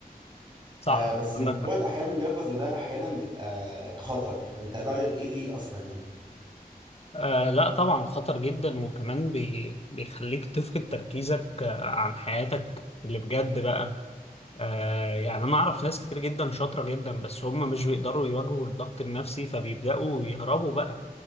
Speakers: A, on the left; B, on the right.
A: صح
B: فبس موضوع
A: عندك حق
B: الأحياء من اليقظة ده أحيانا بيبقى خطر فأنت رأيك إيه فيه أصلا يعني؟
A: آه لا طبعا خطر جدا وكمان بي بيخليك تفقد تركيزك آه، عن حياتك اللي بجد بقى آه يعني انا اعرف ناس كتير جدا شاطرة جدا بس هم مش بيقدروا يواجهوا الضغط النفسي فبيبدأوا يهربوا بقى